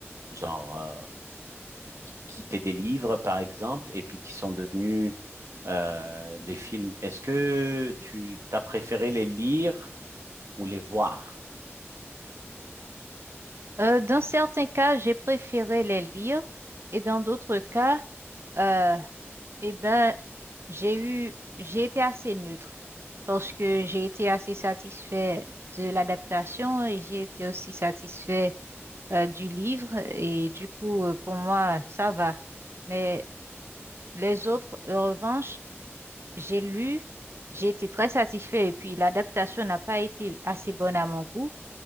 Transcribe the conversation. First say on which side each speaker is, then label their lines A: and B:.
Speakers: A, on the right; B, on the right.
A: genre, euh, qui étaient des livres, par exemple, et puis qui sont devenus euh, des films, est-ce que tu t'as préféré les lire ou les voir?
B: Euh, dans certains cas, j'ai préféré les lire et dans d'autres cas, Euh, eh ben, j'ai eu, j'ai été assez neutre parce que j'ai été assez satisfait de l'adaptation et j'ai été aussi satisfait euh, du livre et du coup, euh, pour moi, ça va. Mais les autres, en revanche, j'ai lu, j'ai été très satisfait et puis l'adaptation n'a pas été assez bonne à mon goût.